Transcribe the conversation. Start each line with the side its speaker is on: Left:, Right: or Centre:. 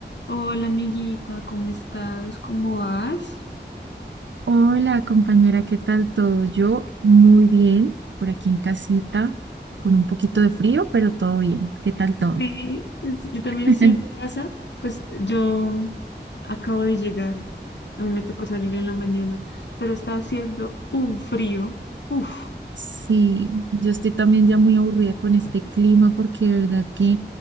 Left: Hola amiguita, ¿cómo estás? ¿Cómo vas?
Right: Hola compañera, ¿qué tal todo? Yo muy bien, por aquí en casita, con un poquito de frío, pero todo bien. ¿Qué tal todo?
Left: Sí, sí, yo también
Right: <laughs>
Left: estoy en casa. Pues yo acabo de llegar. A mí me tocó salir en la mañana, pero está haciendo un frío. Uf,
Right: Sí, yo estoy también ya muy aburrida con este clima porque de verdad que,